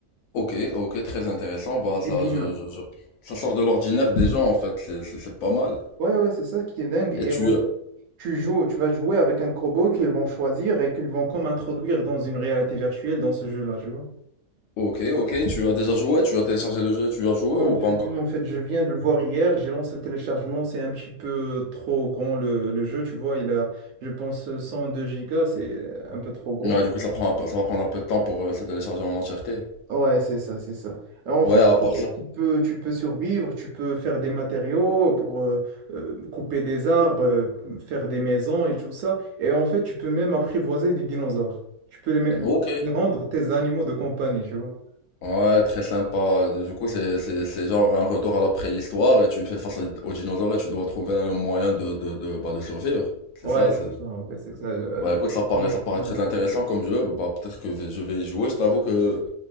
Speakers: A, on the left; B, on the right.
A: Ok, ok, très intéressant. Bah ça,
B: Eh bien,
A: je, je- je- ça sort de l'ordinaire des gens en fait. C'est c'est- c'est pas mal.
B: ouais, ouais, c'est ça qui est dingue.
A: Et
B: Et
A: tu...
B: on- tu joues, tu vas jouer avec un robot qu'ils vont choisir et qu'ils vont comme introduire dans une réalité virtuelle dans ce jeu-là, tu vois.
A: Ok, ok, tu as déjà joué? Tu as téléchargé le jeu? Tu as joué
B: En
A: ou
B: fait,
A: pas encore?
B: en fait, je viens de le voir hier, j'ai lancé le téléchargement, c'est un petit peu trop grand le, le jeu, tu vois, il a, je pense, 102 gigas, c'est un peu trop gros.
A: Ouais, du coup, ça prend un peu- ça va prendre un peu de temps pour euh, se télécharger en entièreté.
B: Ouais, c'est ça, c'est ça. Euh, En
A: Ouais,
B: fait,
A: à part
B: euh,
A: ça.
B: tu peux, tu peux survivre, tu peux faire des matériaux pour euh, euh, couper des arbres, euh, faire des maisons et tout ça. Et en fait, tu peux même apprivoiser des dinosaures. Tu peux les, me-
A: Ok.
B: les rendre tes animaux de compagnie, tu vois.
A: Ouais, très sympa. Du coup, c'est, c'est, c'est genre un retour à la préhistoire et tu fais face à- aux dinosaures et tu dois trouver un moyen de, de, de, bah, de survivre. C'est
B: Ouais,
A: ça.
B: c'est
A: c'est-
B: ça, en fait, c'est ça. euh.
A: Bah écoute, ça
B: <laughs>
A: paraît, ça paraît très intéressant comme jeu. Bah peut-être que je vais y jouer. Je t'avoue que